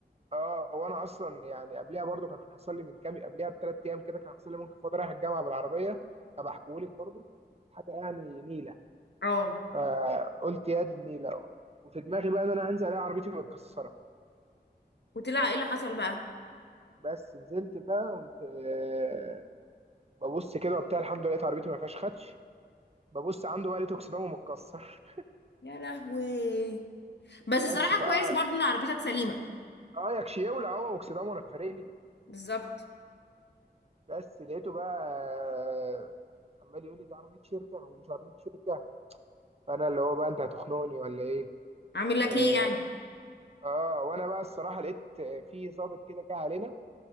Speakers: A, on the right; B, on the left.
A: اه وانا اصلا يعني قبلها برضو كان حصل لي من كام قبلها بثلاث ايام كده كان حصل لي ممكن فاضي رايح الجامعه بالعربيه فبحكيهولك برضو حاجه يعني نيله
B: اه
A: فقلت يا دي النيله وفي دماغي بقى ان انا هنزل الاقي عربيتي متكسره
B: وطلع ايه اللي حصل بقى
A: بس نزلت بقى قمت آه، ببص كده وبتاع الحمد لله لقيت عربيتي ما فيهاش خدش ببص عنده بقى لقيته اكسدامه متكسر
B: يا لهوي بس الصراحة
A: بس فقعد
B: كويس برضو ان عربيتك سليمة
A: اه يكشي يولع هو واكسدامه انا فارق لي
B: بالظبط
A: بس لقيته بقى آه، عمال يقول لي دي عربيه شركه ومش عربيه شركه فانا اللي هو بقى انت هتخنقني ولا ايه
B: عامل لك
A: اه
B: ايه يعني
A: آه، وانا بقى الصراحه لقيت آه، في ظابط كده جه علينا